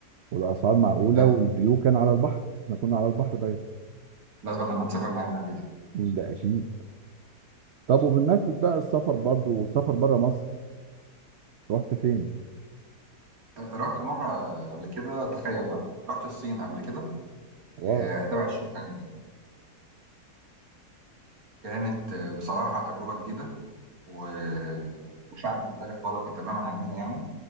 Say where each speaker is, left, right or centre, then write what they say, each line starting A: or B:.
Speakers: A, on the right; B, on the right.
A: والأسعار معقولة
B: لا
A: والفيو كان على البحر احنا كنا على البحر دايما
B: لازم لما نسافر نعدي عليه ده
A: ده أكيد طب وبالنسبة بقى السفر برضو السفر بره مصر رحت فين؟
B: آه، رحت مره قبل كده تخيل بقى رحت الصين قبل كده
A: واو
B: آه، تبع الشركه عندي كانت آه، بصراحة تجربة جديدة و... وشعب مختلف خالص تماما عننا يعني